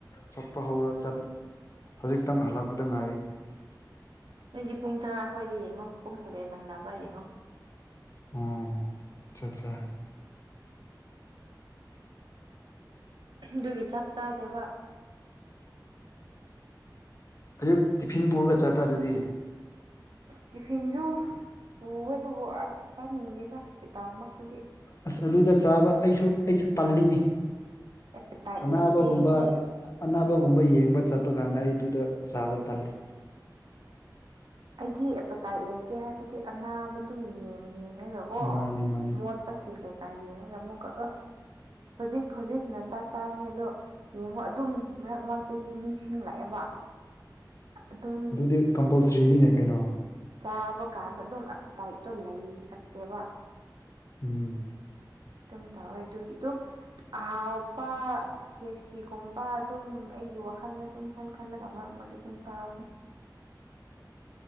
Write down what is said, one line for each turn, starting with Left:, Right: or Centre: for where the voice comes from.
Left: ꯆꯠꯄ ꯍꯧꯔ ꯆꯠ ꯍꯧꯖꯤꯛꯇꯪ ꯍꯜꯂꯛꯄꯗ ꯉꯥꯏꯔꯤ
Right: ꯅꯪꯗꯤ ꯄꯨꯡ ꯇꯔꯥ ꯑꯩ꯭ꯈꯣꯏꯗꯤ ꯌꯦꯡꯉꯣ ꯄꯨꯡ ꯁꯚꯦꯟ ꯅꯪꯅꯕ ꯌꯦꯡꯉꯣ
Left: ꯑꯣ ꯆꯥꯆꯥ
Right: ꯑꯗꯨꯒꯤ ꯆꯥꯛ ꯆꯥꯗꯦꯕ
Left: ꯑꯌꯨꯛ ꯇꯤꯐꯤꯟ ꯄꯨꯔꯒ ꯆꯠꯄ꯭ꯔꯥ ꯑꯗꯨꯗꯤ
Right: ꯇꯤꯐꯤꯟꯁꯨ ꯄꯨꯋꯦ ꯑꯗꯨꯕꯨ ꯑꯁ ꯆꯥꯅꯤꯡꯗꯦꯗ ꯍꯣꯁꯄꯤꯇꯥꯜꯃꯛꯇꯗꯤ
Left: ꯑꯁ ꯑꯗꯨꯗ ꯆꯥꯕ ꯑꯩꯁꯨ ꯑꯩꯁꯨ ꯇꯜꯂꯤꯅꯤ
Right: ꯑꯦꯄꯦꯇꯥꯏꯠ
Left: ꯑꯅꯥꯕꯒꯨꯝꯕ
Right: ꯂꯩꯇꯦ ꯑꯩꯗꯤ
Left: ꯑꯅꯥꯕꯒꯨꯝꯕ ꯌꯦꯡꯕ ꯆꯠꯄ ꯀꯥꯟꯗ ꯑꯩꯗꯨꯗ ꯆꯥꯕ ꯇꯜꯂꯤ
Right: ꯑꯩꯗꯤ ꯑꯦꯄꯥꯇꯥꯏꯠ ꯂꯩꯇꯦ ꯍꯥꯏꯕꯗꯤ ꯑꯅꯥꯕꯗꯨꯝ ꯌꯦꯡ ꯌꯦꯡꯉꯒꯀꯣ
Left: ꯃꯥꯅꯦ ꯃꯥꯅꯦ
Right: ꯃꯣꯠ ꯄꯁꯤꯡ ꯀꯩꯀꯥ ꯌꯦꯡꯉꯒ ꯑꯃꯨꯛꯀ <unintelligible> ꯍꯧꯖꯤꯛ ꯍꯧꯖꯤꯛꯅ ꯆꯥꯛ ꯆꯥꯕꯅꯤ ꯑꯗꯣ ꯌꯦꯡꯉꯣ ꯑꯗꯨꯝ ꯃꯔꯛ ꯃꯔꯛꯇꯗꯤ ꯅꯤꯡꯁꯤꯡꯂꯛꯑꯦꯕ ꯑꯗꯨꯝ
Left: ꯑꯗꯨꯗꯤ ꯀꯝꯄꯜꯁꯔꯤꯅꯤꯅꯦ ꯀꯩꯅꯣ
Right: ꯆꯥꯕ ꯀꯥꯟꯗ ꯑꯗꯨꯝ ꯑꯞꯇꯥꯏꯠꯇꯣ ꯂꯩꯔꯛꯇꯦꯕ
Left: ꯎꯝ
Right: ꯑꯗꯨꯝ ꯇꯥꯎꯋꯦ ꯑꯗꯨꯒꯤ ꯑꯗꯨꯝ ꯑꯍꯥꯎꯕ ꯀꯦꯐꯁꯤꯒꯨꯝꯕ ꯑꯗꯨꯝ ꯑꯩꯒꯤ ꯋꯥꯈꯜꯗ ꯑꯗꯨꯝ ꯈꯟ ꯈꯜꯂꯒ ꯃꯔꯛ ꯃꯔꯛꯇ ꯑꯗꯨꯝ ꯆꯥꯕꯅꯦ